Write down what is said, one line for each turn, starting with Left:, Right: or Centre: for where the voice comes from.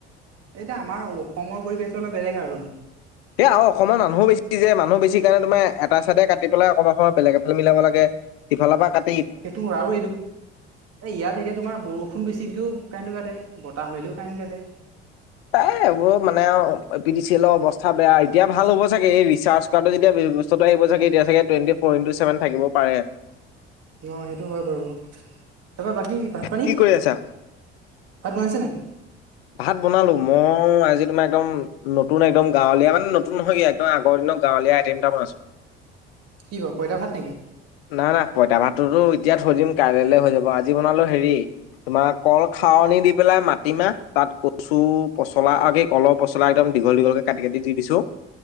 Right: এতিয়া আমাৰ অসমৰ পৰিৱেশটো অলপ বেলেগ আৰু
Left: সয়া অসমৰ মানুহো বেছি যে মানুহ বেছি কাৰণে তোম এটাাইে কাটি পেলাই অক অসমত বেলেগ এফালে মিলাব লাগে ইফালৰ পৰা ক
Right: সেইটো আৰু এইটো এই ইয়াত এতিয়া তোমাৰ বৰষুণ বেচি দিলেও কাৰেণ্ট কাটে বতাহ মাৰিলেও কাৰেণ্ট কাটে
Left: তাই এইবোৰ মানে পি ডি চি এলৰ অৱস্থা বেয়া এতিয়া ভাল হ'ব চাগে এই ৰিচাৰ্জ টো যেতিয়া ব্যস্তা আহিবাগে এতিয়া চে টুৱেণ্টি ফৰ ইণ্টু ছেভেন থিব পাৰে
Right: ন সেইটো হয় বাৰু তাৰপৰা বাকী ভাত পানী
Left: কি
Right: ভাত
Left: কৰি আছা?
Right: বনাইছেনোই
Left: ভাত বনালো মই আজি তোমাৰ একদম নতুন একদম গাঁৱলীয়া মানে নতুন নহয় কি আগৰ দিন গৱলীয়া আই তিনিটামান আছো
Right: কি ক পইতা ভাল নেকি
Left: নাই না পইতা ভাতটোতো এতিয়া থৈ দিম কাইলৈ হৈ যাব আজি বনালো হেৰি তোমাৰ কল খাৱনিী দি পেলাই মাটিমাহ তাত কচু পচলা আ কলৰ পচলা একদমীঘল দীঘলক কি কাটি দি দিছো